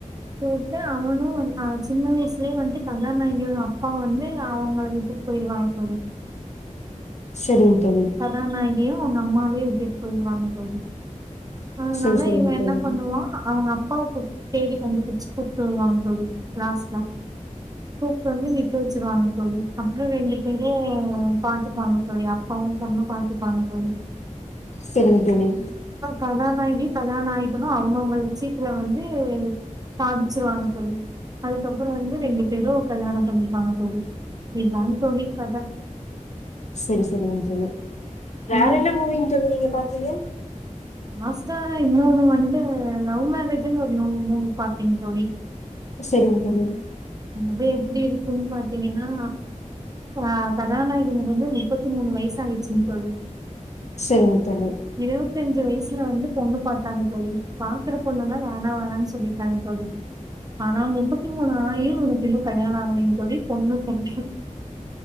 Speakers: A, on the right (about 30°); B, on the left (about 60°).
A: போயிட்டு அவனு வந்தான் சின்ன வயசுலேயே வந்துட்டு கதாநாயகியோட அப்பா வந்து அவங்கள விட்டுட்டு போயிருவாங்க தோழி
B: சரிங்க தோழி
A: கதாநாயகியு அவங்க அம்மாவையு விட்டுட்டு போயிருவாங்க தோழி
B: சரி
A: போனால
B: சரிங்க
A: இவெ என்ன
B: தோழி
A: பண்ணுவா அவங்க அப்பாவுத் தேடி கண்டு பிடிச்சு கூட்டு வருவா தோழி லாஸ்ட்ல தூக்குல வந்து நிக்க வச்சிருவாங்க தோழி அப்புற ரெண்டு பேரும் பாத்துப்பாங்க தோழி அவங்க சொன்னா பாத்துப்பாங்க தோழி
B: சரிங்க தோழி
A: கதாநாயகி கதாநாயகனும் அவங்கவுங்க விஷயத்துல வந்து சாதிச்சிருவாங்க தோழி அதுக்கப்புற வந்து ரெண்டு பேரும் கல்யாணம் பண்ணிருப்பாங்க தோழி இதான் தோழி கதை
B: செரி செரிங்க தோழி வேற
A: இன்னைக்கு
B: என்ன மூவிங் தோழி நீங்க பாத்தீங்க
A: லாஸ்டா இன்னோன்னு வந்துட்டு லவ் மேரேஜ்ன்னு ஒரு நோ மூவி பாத்தேங்க தோழி
B: செரிங்க தோழி
A: அது எப்டி இருக்குன் பாத்தீங்கன்னா ஆ கதாநாயகனுக்கு வந்து முப்பத்தி மூனு வயசு ஆயிடுச்சுங் தோழி
B: சேரிங்க தோழி
A: இருவத்தஞ்சு வயசுல வந்து பொண்ணு பாத்தாங்க தோழி பாக்குற பொண்ணுல்லா வேணா வேணான் சொல்லிறாங்க தோழி ஆனா முப்பத்தி மூனு ஆயு அவனக்குன்னு கல்யாண ஆகலன் தோழி பொண்ணு புதுசு